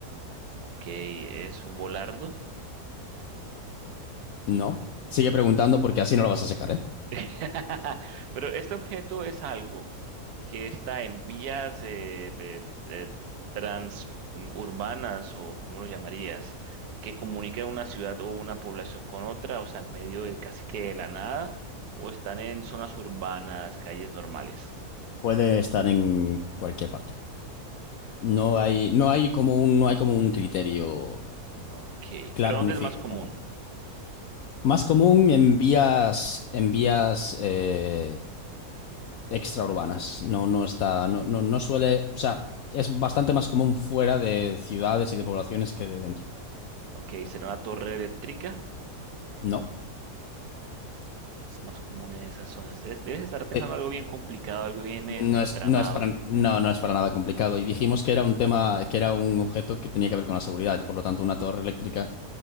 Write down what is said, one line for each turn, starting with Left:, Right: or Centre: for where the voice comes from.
Right: Ok, es un volardo.
Left: No. Sigue preguntando porque así no lo vas a sacar, ¿eh?
Right: <laughs> Pero este objeto es algo que está en vías eh, eh, eh, trans transurbanas o como lo llamarías, que comunican una ciudad o una población con otra, o sea, en medio de casi que de la nada, o están en zonas urbanas, calles normales.
Left: Puede estar en cualquier parte. No hay, no hay como un, no hay como un criterio
Right: Ok,
Left: claro
Right: pero ¿dónde
Left: ni fijo
Right: es más común?
Left: para. Más común en vías, en vías eh, extraurbanas. No, no está, no, no, no suele, o sea, es bastante más común fuera de ciudades y de poblaciones que de dentro.
Right: Ok, será una torre eléctrica,
Left: No.
Right: es más común en esas zonas. Debes, debes estar pensando
Left: Eh,
Right: algo bien complicado, algo bien en-
Left: No
Right: entramado.
Left: es, no es para, no, no es para nada complicado. Y dijimos que era un tema, que era un objeto que tenía que ver con la seguridad. Por lo tanto, una torre eléctrica,